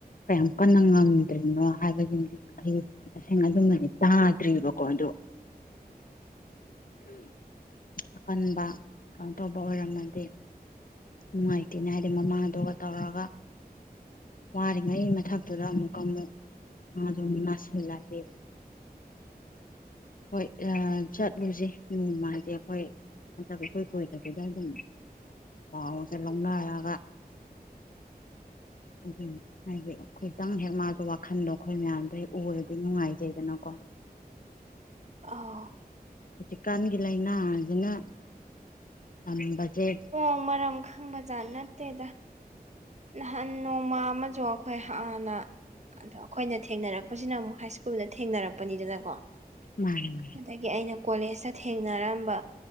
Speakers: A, on the left (about 60°); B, on the right (about 45°).
A: ꯀꯌꯥꯝ ꯀꯟꯅ ꯉꯝ ꯇ꯭ꯔꯤꯅꯣ ꯍꯥꯏꯕꯒꯤꯃꯗꯤ ꯑꯩ ꯇꯁꯦꯡꯅ ꯑꯗꯨꯃꯗꯤ ꯇꯥꯗ꯭ꯔꯤꯕꯔꯤꯕꯀꯣ ꯑꯗꯣ ꯑꯀꯟꯕ ꯀꯩꯅꯣ ꯇꯧꯕ ꯑꯣꯏꯔꯝꯃꯗꯤ ꯅꯨꯡꯉꯥꯏꯇꯦꯅꯦ ꯍꯥꯏꯗꯤ ꯃꯃꯥꯗꯨꯒ ꯇꯧꯔꯒ ꯋꯥꯔꯤꯉꯩ ꯃꯊꯛꯇꯨꯗ ꯑꯃꯨꯛꯀ ꯑꯃꯨꯛ ꯃꯥꯁꯨ ꯑꯃꯨꯛ ꯅꯥꯁꯤꯜꯂꯗꯤ ꯍꯣꯏ ꯑ ꯆꯠꯂꯨꯖꯤ ꯅꯣꯡꯃꯗꯤ ꯑꯩꯈꯣꯏ ꯅꯠꯇ꯭ꯔ ꯏꯀꯨꯏ ꯀꯨꯏꯗꯕꯤꯗ ꯑꯗꯨꯝ ꯄꯥꯎꯁꯦ ꯂꯧꯅꯔꯒ ꯑꯗꯨꯅꯤ ꯍꯥꯏꯗꯤ ꯈꯤꯇꯪ ꯍꯦꯛ ꯃꯥꯁꯨ ꯋꯥꯈꯜꯗꯣ ꯑꯩꯈꯣꯏ ꯃꯌꯥꯝꯗꯣ ꯍꯦꯛ ꯎꯔꯗꯤ ꯅꯨꯡꯉꯥꯏꯖꯩꯗꯅꯀꯣ
B: ꯑꯧ
A: ꯍꯧꯖꯤꯛ ꯀꯥꯟꯒꯤ ꯂꯩꯥꯏꯅꯥꯖꯤꯅ ꯇꯝꯕꯖꯦ
B: <inaudible> ꯃꯔꯝ ꯈꯪꯕ ꯖꯥꯠ ꯅꯠꯇꯦꯗ ꯅꯍꯥꯟ ꯅꯣꯡꯃ ꯑꯃꯁꯨ ꯑꯩꯈꯣꯏ ꯍꯥꯟꯅ ꯑꯗꯣ ꯑꯩꯈꯣꯏꯅ ꯊꯦꯡꯅꯔꯛꯄꯁꯤꯅ ꯑꯃꯨꯛ ꯍꯥꯏ ꯁ꯭ꯀꯨꯜꯗ ꯊꯦꯡꯅꯔꯛꯄꯅꯤꯗꯅꯀꯣ
A: ꯃꯥꯅꯤ ꯃꯥꯅꯤ
B: ꯑꯗꯒꯤ ꯑꯩꯅ ꯀꯣꯂꯦꯖꯇ ꯊꯦꯡꯅꯔꯝꯕ